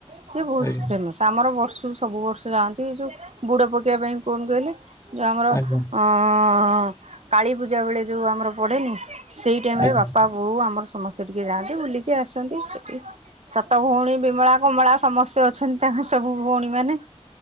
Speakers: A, on the right; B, on the left.
A: ସିଏ ବହୁତ
B: ଆଜ୍ଞା
A: ଫେମସ୍। ଆମର ବର୍ଷୁ ସବୁ ବର୍ଷ ଯାଆନ୍ତି, ଏ ଯୋଉ ବୁଡ଼ ପକେଇବା ପାଇଁ କଣ କହିଲେ ଯୋଉ ଆମର
B: ଆଜ୍ଞା
A: ଅଁ କାଳୀପୂଜା ବେଳେ ଯୋଉ ଆମର ପଡେନି, ସେଇ ଟାଇମରେ
B: ଆଜ୍ଞା
A: ବାପା ବୋଉ ଆମର ସ ସମସ୍ତେ ଟିକେ ଯାଆନ୍ତି, ବୁଲିକି ଆସନ୍ତି ସେଠି ସାତ ଭଉଣୀ ବିମଳା କମଳା ସମସ୍ତେ ଅଛନ୍ତି ତାଙ୍କ ସବୁ ଭଉଣୀ ମାନେ।